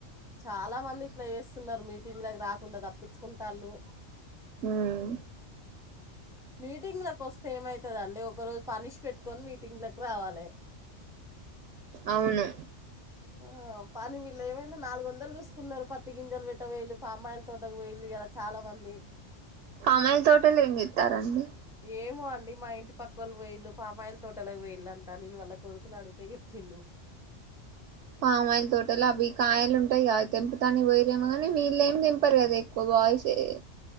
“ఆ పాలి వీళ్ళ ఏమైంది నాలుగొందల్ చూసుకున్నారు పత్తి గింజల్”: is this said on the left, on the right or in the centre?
Centre